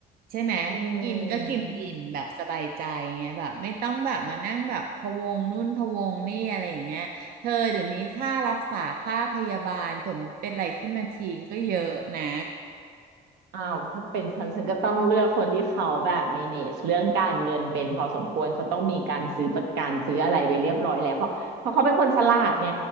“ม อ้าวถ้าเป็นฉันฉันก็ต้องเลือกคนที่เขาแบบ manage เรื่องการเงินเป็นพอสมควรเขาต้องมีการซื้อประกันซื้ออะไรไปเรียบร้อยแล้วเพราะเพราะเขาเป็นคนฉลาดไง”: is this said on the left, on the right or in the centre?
Right